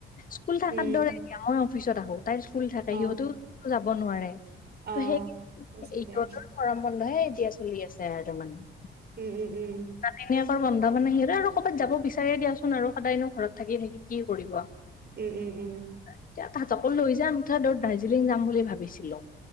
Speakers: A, on the left; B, on the right.
A: স্কুল থকাৰ
B: উম
A: দৰে এ মই অফিচত আহো তাইৰ স্কুল থাকে
B: অ
A: সিহঁতো যাব নোৱাৰে
B: অ
A: ত সেই
B: পচি
A: হে
B: যায়
A: এতিয়া চলি আছে আৰু তাৰ মানে
B: উম উম উম
A: নাতিনীয়েকৰ বন্ধ মানে সেৰে আৰু ক'বাত যাব বিচাৰিয়ে দিয়াচোন আৰু সদায়নো ঘৰত থাকি থাকি কি কৰিব
B: উম উম উম
A: এতিয়া তাহাঁতকো লৈ যায় আমি তৰ দাৰ্জিলিং যাম বুলি ভাবিছিলো